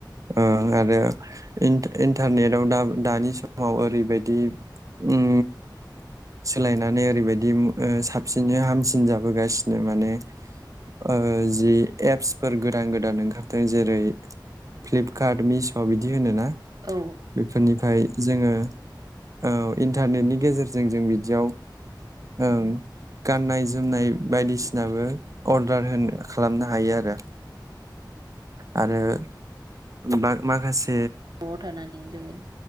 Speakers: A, on the right; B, on the right.
A: ओ आरो इन्ट इन्टारनेटाव दा दानि समाव ओरैबायदि उम सोलायनानै ओरैबायदि ओ साबसिनै हामसिन जाबोगासिनो माने ओ जि एपसफोर गोदान गोदान ओं खारदों जेरै फ्लिपकार्ट, मिस' बिदि होनो ना
B: औ
A: बेफोरनिफ फ्राय जोङो औ इन्टारनेटनि गेजेरजों जों बिदियाव ओं गाननाय जोमनाय बायदिसिनाबो
B: उम
A: अर्डार होनो खालामनो हायो आरो आरो बाद माखासे
B: न'आव थानानै जोङो